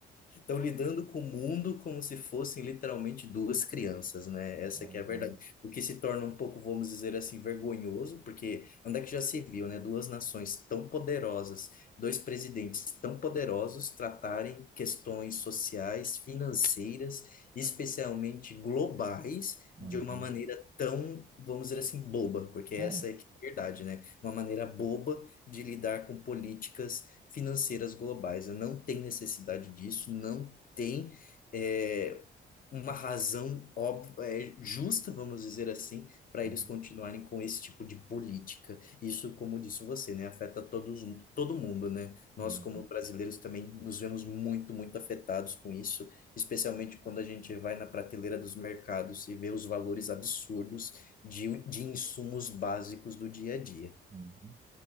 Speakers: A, on the left; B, on the right.
A: Estão lidando com o mundo como se fossem literalmente duas crianças, né? Essa
B: É,
A: que
B: né?
A: é a verdade. O que se torna um pouco, vamos dizer assim, vergonhoso, porque onde é que já se viu, né? Duas nações tão poderosas, dois presidentes tão poderosos tratarem questões sociais, financeiras, especialmente globais,
B: Uhum.
A: de uma maneira tão, vamos dizer assim, boba, porque essa
B: É.
A: é que é a verdade, né? Uma maneira boba de lidar com políticas financeiras globais. né? Não tem necessidade disso, não tem é, uma razão óbvia, é, justa, vamos dizer assim, para
B: Uhum.
A: eles continuarem com esse tipo de política. Isso, como disse você, né, afeta todos, todo mundo, né? Nós,
B: Uhum,
A: como brasileiros, também nos vemos muito, muito afetados com isso, especialmente quando a gente vai na prateleira dos mercados e vê os valores absurdos de, de insumos básicos do dia a dia.
B: uhum.